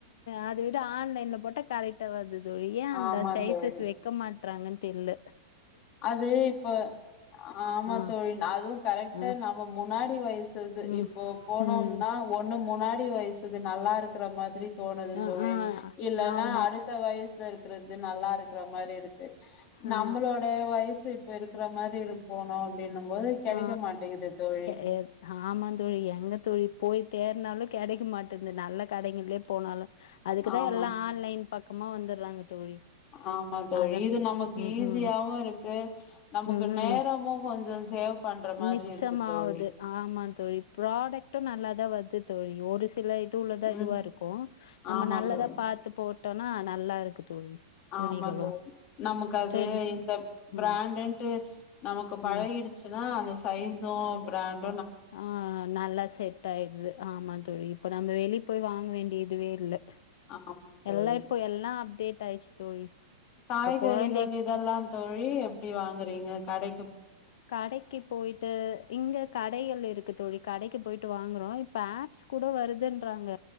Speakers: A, on the left; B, on the left.
A: அத விட ஆன்லைன்ல போட்டா கரெக்டா வருது தோழி ஏ அந்த
B: ஆமா
A: சைசஸ்
B: தோழி
A: வக்க மாட் றாங்கன் தெல்ல
B: அது இப்ப ஆமா
A: ஆ
B: தோழி அதுவு கரெக்டா
A: ஆ
B: நம்ம முன்னாடி வயசுது
A: ம்
B: இப்போ போனோம்னா
A: ம்
B: ஒன்னு முன்னாடி வயசு க்கது நல்லா இருக்குற மாதிரி தோனுது
A: ஆ
B: தோழி
A: ஆ
B: இல்லேனா
A: ஆமா
B: அடுத்த வயசுல இரு க்கிறது நல்லாருக்குற மாரி இருக்கு நம்மளோ
A: ஆ
B: வயசு இப்ப இருக்குற மாரி இருப்போனோ அப்டின்னும் போது கெடைக்க
A: ஆ
B: மாட்டேங்குது தோழி
A: எ‌ ஆமாந்தோழி எங்க தோழி போய் தேர்ந்தாலு கெடைக்க மாட்டெந்து நல்ல கடைங்கள்லே போனாலு அதுக்குதா
B: ஆமா
A: எல்லா ஆன்லைன் பக்கமா வந்துர்றாங்க தோழி
B: ஆமா தோழி
A: அதா
B: இது நமக்கு
A: ம்
B: ஈஸியாவு
A: ம்
B: இருக்கு நமக்கு
A: ம் ம்
B: நேரமு கொஞ்ச சேவ் பண்ற மாதிரி
A: மிச்சமாவுது
B: இருக்கு தோழி
A: ஆமா தோழி ப்ராடெக்ட்டு நல்லாதா வ தோழி ஒரு சில தூலதா
B: ம்
A: இதுவா இருக்கும் நம்ம
B: ஆமா
A: நல்லதா
B: தோழி
A: பாத்து போ நா நல்லா இருக்கு தோழி துணிகளு
B: ஆமா தோழி நமக்கு அது
A: ட்ரெண்
B: இந்த பிராண்டுண்டு
A: ம்
B: நமக்கு பழகிடுச்சுன்னா
A: ம்
B: அந்த சைஸசும் பிராண்ட்
A: ஆ நல்லா செட் ஆயிடுது ஆமா தோழி இப்ப நம்ம வெளிய போய் வாங்க வேண்டி இதுவே இல்ல
B: ஆமா தோழி
A: எல்லா இப்போ எல்லா அப்டேட் டுச்சு தோழி
B: காய்கறிகள்
A: இப்ப கொழந்தை
B: இதெல்லா தோழி எப்டி வாங்குறீங்க கடை
A: கடைக்கு போயிட்டு இங்க கடைகள் இருக்கு தோழி கடைக்கு போயிட்டு வாங்க அப்றோ இப்ப ஆப்ஸ் கூட வருதுன்றாங்க